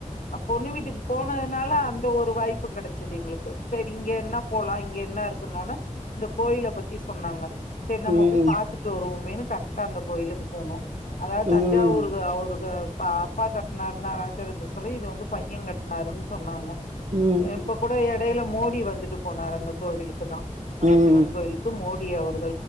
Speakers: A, on the left; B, on the right.
A: அ பொண்ணு வீட்டுக்கு போனோனலா அந்த ஒரு வாய்ப்பு கெடச்சது எங்களுக்கு செரி இங்க என்ன போலா இங்க என்ன இருக் குனோன இந்த கோயில பத்தி சொன்னாங்க செரி நம்ம
B: ம்
A: போய் பாத்துட்டு வருவோமேன்னு கரெக்டா அந்த கோயிலுக்கு போனோ அதாது
B: ம்
A: தஞ்சாவூருங்க அவருக்கு இப்ப அப்பா கட்னாருன்னா ஆச்சிரியர்ட்ட சொல்லி இது வந்து பைய கட்னாருன் சொன்னாங்க
B: ம்
A: அ இப்ப கூட எடைல மோடி வந்துட்டு போனாரு அந்த கோவிலுக்கு தா அந்த
B: ம்
A: சிவன் கோயிலுக்கு மோடி அவரு